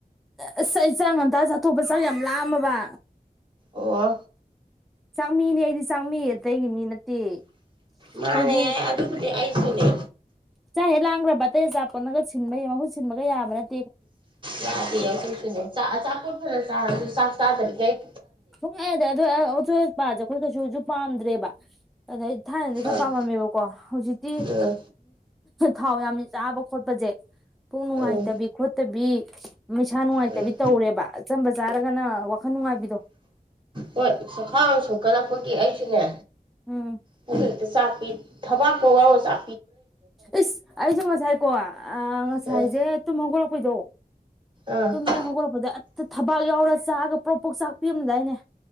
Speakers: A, in the centre; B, on the right.
A: ꯑꯁ ꯑꯩ ꯆꯥꯡ ꯉꯟꯇꯥ ꯆꯥꯠꯊꯣꯛꯄ ꯆꯥꯡ ꯌꯥꯝ ꯂꯥꯝꯃꯕꯥ
B: ꯑꯣ
A: ꯆꯃꯤꯅꯦ ꯑꯩꯗꯤ ꯆꯥꯡꯃꯤ ꯑꯇꯩꯒꯤ ꯃꯤ ꯅꯠꯇꯦ ꯑꯩꯈꯣꯏꯒꯤ
B: ꯃꯥꯅꯦ ꯑꯗꯨꯕꯨꯗꯤ ꯑꯩꯁꯨꯅꯦ
A: ꯆꯥ ꯍꯪꯛ ꯂꯥꯝ ꯈꯔꯕꯥ ꯕꯥ ꯑꯇꯩ ꯑꯆꯥꯄꯣꯟꯅꯒ ꯁꯤꯟꯕꯒꯤ ꯃꯍꯨꯠ ꯁꯤꯟꯕꯒ ꯌꯥꯕ ꯅꯠ
B: ꯌꯥꯗ‌ꯦ ꯑꯈ‌ꯣꯏꯁꯨꯅ‌ꯦ ꯆꯥꯄ‌ꯣꯠ ꯐꯅꯥ ꯆꯥꯔꯁꯨ ꯆꯥ ꯆꯥꯗꯔꯤꯒꯩꯏ
A: ꯁꯨꯪꯌꯥ ꯌꯥꯗꯔꯦ ꯑꯗꯨ ꯑꯆꯣꯏ ꯑꯄꯥꯁꯦ ꯑꯩꯈꯣꯏ ꯀꯩꯁꯨꯁ ꯄꯥꯝꯗ꯭ꯔꯦꯕ ꯑꯗꯩ ꯊꯥꯏꯅꯗꯤ ꯈꯔ
B: ꯑꯥ
A: ꯄꯥꯝꯃꯝꯃꯦꯕꯀꯣ ꯍꯧꯖꯤꯛꯇꯤ
B: ꯑꯥ
A: ꯊꯥꯎ ꯌꯥꯝꯅ ꯆꯥꯕ ꯈꯣꯠꯄꯁꯦ ꯄꯨꯡꯅꯨꯡꯋꯥꯥꯏꯇꯕꯤ
B: ꯑꯥ
A: ꯈꯣꯠꯇꯕꯤ <inaudible> ꯃꯩꯁꯥ ꯅꯨꯡꯉꯥꯏꯇꯕꯤ
B: ꯑꯥ
A: ꯇꯧꯔꯦꯕ ꯑꯆꯝꯕꯥ ꯆꯥꯔꯒꯅꯥ ꯋꯥꯈꯜ ꯅꯨꯡꯉꯥꯏꯕꯤꯗꯣ
B: ꯍꯣꯏ ꯁꯈꯥꯡ ꯁꯣꯛꯀꯗꯄꯒꯤ ꯑꯩꯁꯩꯅꯦ
A: ꯎꯝ
B: ꯄꯨꯠꯇ ꯁꯥꯛ ꯊꯕꯥꯛꯄꯣꯔ ꯑꯣ ꯆꯥ
A: ꯏꯁꯁ ꯑꯩꯁꯨ ꯉꯁꯥꯏꯀꯣ ꯉꯁꯥꯏꯁꯦ
B: ꯑꯥ
A: ꯇꯨꯝ ꯍꯧꯒꯠꯂꯛꯄꯩꯗꯣ
B: ꯑꯥ
A: ꯇꯨ ꯍ‌ꯦꯛ ꯍꯒꯂꯛꯄꯗ ꯑꯠ ꯊꯕꯥꯛ ꯌꯥꯎꯔꯥ ꯆꯥꯛꯑꯥ ꯄ꯭ꯔꯣꯝꯄꯔ‌ꯩꯛ ꯆꯥꯛ ꯄꯤꯔꯝꯗꯥꯏꯅꯦ